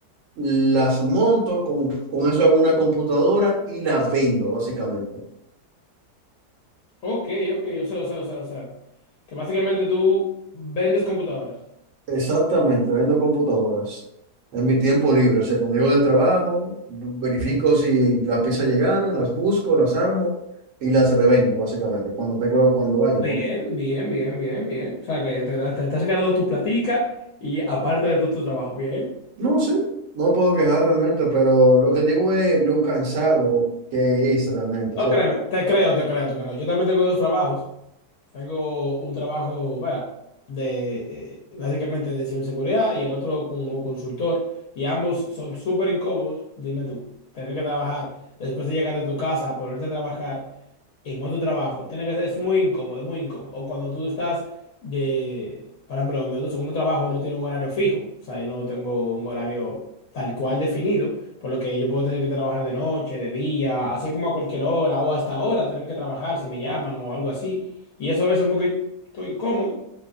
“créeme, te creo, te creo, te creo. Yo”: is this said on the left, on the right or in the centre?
Left